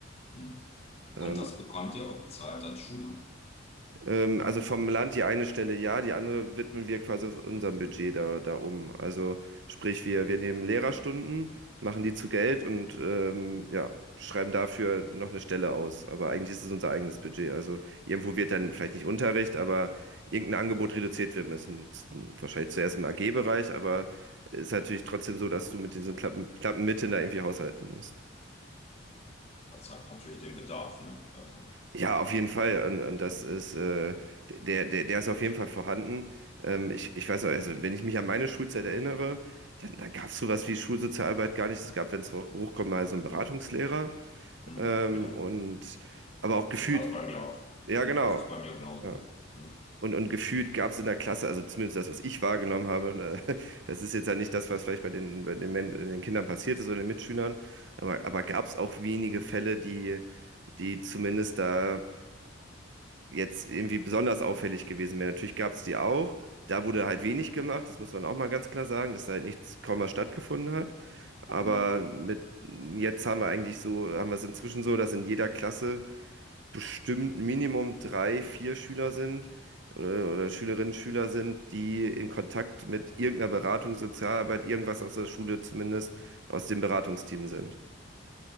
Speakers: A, on the left; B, on the right.
A: mhm.
B: Ähm,
A: Und das bekommt ihr aber bezahlt als Schule.
B: Ähm, also vom Land die eine Stelle ja, die andere widmen wir quasi aus unserem Budget da, da um. Also sprich, wir, wir nehmen Lehrerstunden, machen die zu Geld und ähm, ja, schreiben dafür noch eine Stelle aus. Aber eigentlich ist es unser eigenes Budget. Also irgendwo wird dann vielleicht nicht Unterricht, aber irgendein Angebot reduziert werden müssen. Z- Wahrscheinlich zuerst im AG-Bereich, aber es ist natürlich trotzdem so, dass du mit diesen knappen, knappen Mitteln da irgendwie haushalten musst.
A: Das zeigt natürlich den Bedarf, ne? Also,
B: Ja, auf jeden Fall. Und, und das
A: mhm,
B: ist, äh, der, der, der ist auf jeden Fall vorhanden. Ähm, ich, ich weiß noch, also wenn ich mich an meine Schulzeit erinnere, dann, dann gab es sowas wie Schulsozialarbeit gar nicht. Es gab, wenn es hoch, hochkommt, mal so einen Beratungslehrer.
A: mhm.
B: Ähm,
A: ja,
B: und aber auch gefühlt,
A: so war es bei mir auch.
B: ja
A: So,
B: genau.
A: also ist bei mir genauso
B: Ja.
A: gewesen. Mhm,
B: Und, und gefühlt gab es in der Klasse, also zumindest das, was ich wahrgenommen habe, ne, <laughs> das ist jetzt ja nicht das, was vielleicht bei den, bei den, Men den Kindern passiert ist oder den Mitschülern, aber, aber gab es auch wenige Fälle, die die zumindest da jetzt irgendwie besonders auffällig gewesen wäre. Natürlich gab es die auch. Da wurde halt wenig gemacht, das muss man auch mal ganz klar sagen, dass da halt nichts, kaum was stattgefunden hat. Aber
A: mhm.
B: mit jetzt haben wir eigentlich so, haben wir es inzwischen so, dass in jeder Klasse bestimmt Minimum drei, vier Schüler sind oder, oder Schülerinnen, Schüler sind, die in Kontakt mit irgendeiner Beratung, Sozialarbeit, irgendwas aus der Schule zumindest, aus dem Beratungsteam sind.